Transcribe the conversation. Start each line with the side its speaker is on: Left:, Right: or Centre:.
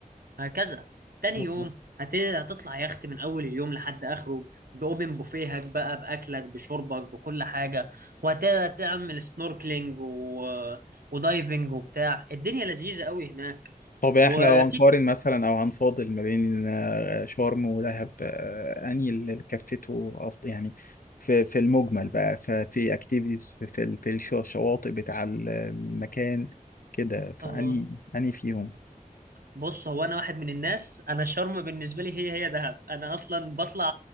Right: هكذا تاني
Left: والله.
Right: يوم هت... هتطلع يخت من اول اليوم لحد اخره باوبن بوفيهك بقى باكلك بشربك بكل حاجة وتعمل سنوركلينج و... ودايفنج وبتاع الدنيا لذيذة قوي هناك
Left: طب احنا
Right: وفي
Left: لو هنقارن مثلا او هنفاضل ما بين آه، شرم ودهب آه، انهي اللي كفته أفضل يعني في في المجمل بقى ففي اكتيفيتيز في في ال- في الش- الشواطئ بتاع ال- المكان كده فاني
Right: اه
Left: اني فيهم
Right: بص هو انا واحد من الناس انا شرم بالنسبة لي هي هي دهب انا اصلا بطلع